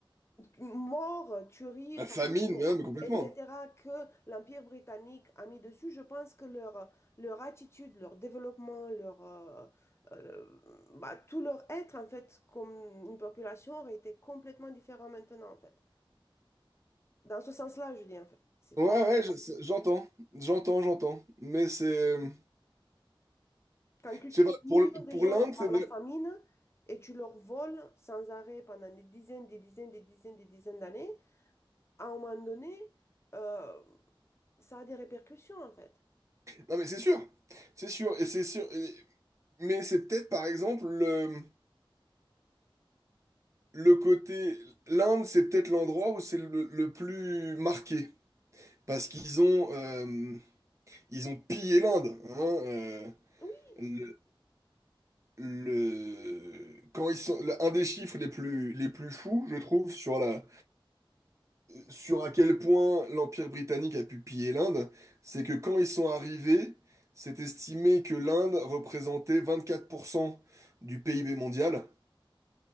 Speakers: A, on the left; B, on the right.
A: morts, tueries,
B: La
A: famine,
B: famine, ouais, mais complètement.
A: etc., que l'Empire britannique a mis dessus, je pense que leur, leur attitude, leur développement, leur, euh, euh, bah, tout leur être, en fait, comme une population, aurait été complètement différent maintenant, en fait. Dans ce sens-là, je dis, en fait. C'est
B: Ouais,
A: pas...
B: ouais, je- c'est- j'entends, j'entends, j'entends. Mais c'est, je
A: Quand tu
B: sais
A: tues
B: pas,
A: des millions
B: pour, l-
A: de
B: pour
A: gens
B: l'Inde, c'est
A: par
B: vrai.
A: la famine et tu leur voles sans arrêt pendant des dizaines, des dizaines, des dizaines, des dizaines d'années, à un moment donné, euh, ça a des répercussions, en fait.
B: Non mais c'est sûr, c'est sûr, et c'est sûr. et- Mais c'est peut-être par exemple le, le côté. L'Inde, c'est peut-être l'endroit où c'est le, le plus marqué. Parce qu'ils ont, euh, ils ont pillé l'Inde. hein, euh,
A: Oui,
B: le, le- Quand ils sont... Un des chiffres les plus, les plus fous, je trouve, sur la... sur à quel point l'Empire britannique a pu piller l'Inde, c'est que quand ils sont arrivés, c'est estimé que l'Inde représentait 24% du PIB mondial.